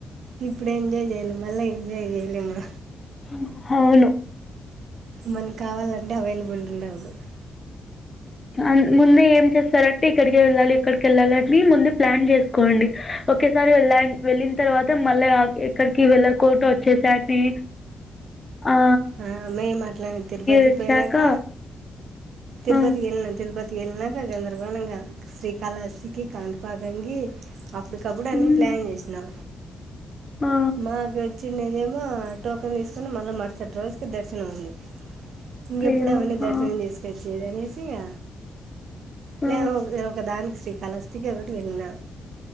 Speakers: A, on the right; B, on the left.
A: ఇప్పుడు ఎంజాయ్ చేయాలి మళ్లా ఎంజాయ్ చేయలేము
B: హ అవును
A: మన కావాలంటే అవైలబుల్ ఉండవదు
B: అ ముందే ఏం చేస్తారంటే ఇక్కడికి వెళ్లాలి ఇక్కడికి వెళ్లాలి అని ముందే ప్లాన్ చేసుకోండి ఒకేసారి వెళ్ల వెళ్లిన తర్వాత మళ్లా ఎక్కడికి వెళ్లకుండా వచ్చేసా అని అ
A: ఆ మేము అట్లానే తిరుపతికి
B: వచ్చాక
A: పోయినాక తిరుపతికి
B: ఆ
A: వెళ్లినాం తిరుపతి వెళ్లినాక గందరగోళంగా శ్రీకాళహస్తికి కానిపాక నికి అప్పటికప్పుడు అన్నీ
B: హ్మ్
A: ప్లాన్ చేసినం
B: ఆ
A: మాకచ్ చిన్నదేమో టోకెన్ తీసుకుని మళ్ల మరుసటి రోజుకి దర్శనం ఉంది ఇంకెప్పుడు
B: అయ్యో
A: అవన్నీ దర్శనం
B: ఆ
A: చేసుకొచ్చేది అనేసి ఇగ
B: ఆ
A: లేము ఒకదానికి శ్రీకాళహస్తికి ఒకటి వెళ్లిన